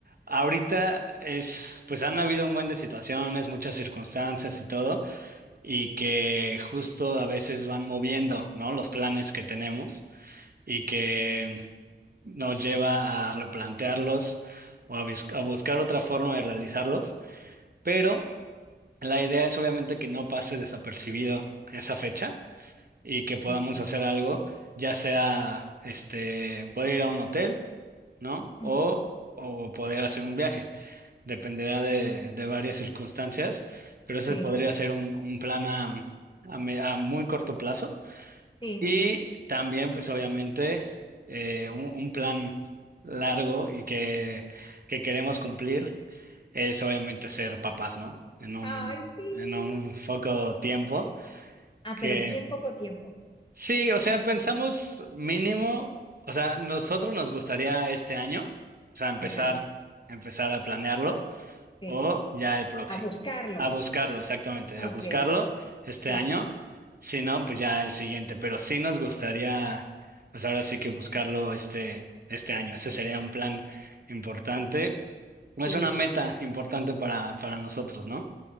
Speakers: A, on the right; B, on the left.
A: ahorita es, pues, han habido un buen de situaciones, muchas circunstancias y todo. y que justo a veces van moviendo, ¿no? Los planes que tenemos y que nos lleva a replantearlos o a, bus- a buscar otra forma de realizarlos. Pero la idea es obviamente que no pase desapercibido esa fecha y que podamos
B: mm,
A: hacer algo, ya sea, este, poder ir a un hotel, ¿no?
B: mm,
A: O, o poder hacer un viaje. Dependerá de, de varias circunstancias, pero ese
B: Sí,
A: podría ser un, un plan a a me- a muy corto plazo
B: sí.
A: Y también, pues obviamente, eh, un, un plan largo y que, que queremos cumplir es obviamente ser papás, ¿no? En un,
B: Ay, sí.
A: en un poco tiempo.
B: Ah,
A: Que
B: pero sí en poco tiempo.
A: sí, o sea, pensamos mínimo, o sea, nosotros nos gustaría este año, o sea, empezar,
B: Ajá,
A: empezar a planearlo
B: sí.
A: o ya el próximo.
B: A buscarlo.
A: A buscarlo, exactamente,
B: Ok,
A: a buscarlo este
B: sí,
A: año. Si no, pues ya el siguiente. Pero sí nos gustaría, pues ahora sí que buscarlo este, este año. Ese sería un plan importante. no
B: sí.
A: Es una meta importante para, para nosotros, ¿no?